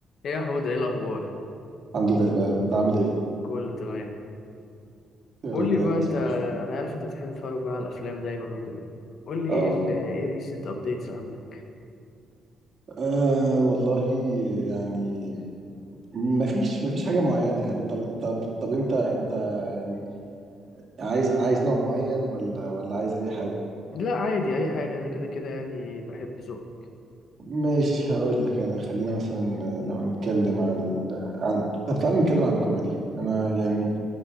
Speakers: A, on the left (about 60°); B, on the right (about 50°).
A: ايه يا حود ايه الاخبار
B: الحمد لله تمام انت عامل ايه
A: كله تمام
B: يا
A: قول
B: رب
A: لي
B: دايما
A: بقى انت
B: صديقي
A: انا عارف انت بتحب تتفرج بقى على الافلام دايما وكده قول لي
B: اه
A: ايه ال ايه ريسنت ابديتس عندك
B: آه، والله يعني مفيش مفيش حاجه معينه يعني طب طب طب انت انت يعني عايز عايز نوع معين ولا ولا عايز اي حاجه
A: لا عادي اي حاجه انا كده كده يعني بحب ذوق
B: مش هقول لك انا خلينا مثلا لو هنتكلم عن ال... عن طب تعالى نتكلم عن الكوميدي انا يعني